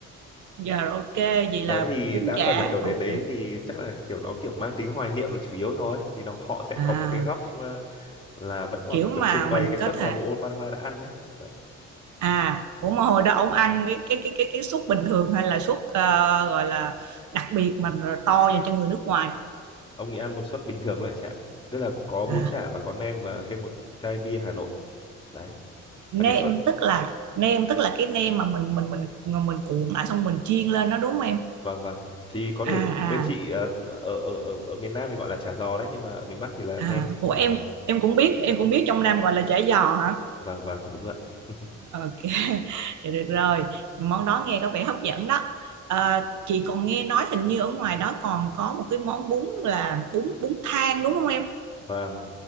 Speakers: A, on the right; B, on the left.
A: giờ rồi, ok vậy
B: đấy
A: là
B: thì
A: bún
B: đa
A: chả
B: phần là kiểu đến
A: ok
B: đấy thì chắc là kiểu nó kiểu mang tính hoài niệm là chủ yếu thôi thì nó họ sẽ
A: à
B: có một cái góc ờ, là vẫn còn
A: kiểu
B: kiểu
A: mà
B: trưng bày
A: mình
B: cái suất
A: có thể
B: mà bộ Obama đã ăn đấy vậy
A: à ủa mà hồi đó ông ăn cái cái cái cái cái suất bình thường hay là suất ờ, gọi là đặc biệt mà to dành cho người nước ngoài
B: ông ấy ăn một suất bình thường thôi chả tức là có bún
A: À,
B: chả và có nem và thêm một chai bia Hà Nội đấy
A: nêm
B: là cái suất
A: tức là nêm tức là cái nêm mà mình mình mình mà mình cuộn lại xong mình chiên lên nó đúng không em
B: vâng vâng thì có thể
A: à
B: bên
A: à
B: chị ờ, ở ở ở ở miền Nam thì gọi là chả giò đấy nhưng mà ở miền Bắc thì là
A: à
B: nem
A: của
B: vâng
A: em em cũng biết em cũng biết trong Nam gọi là chả giò hả
B: vâng vâng đúng rồi ạ. <laughs>
A: ok <laughs> vậy được rồi Nhưng món đó nghe có vẻ hấp dẫn đó à, chị còn nghe nói hình như ở ngoài đó còn có một cái món bún là bún bún thang đúng không em
B: vâng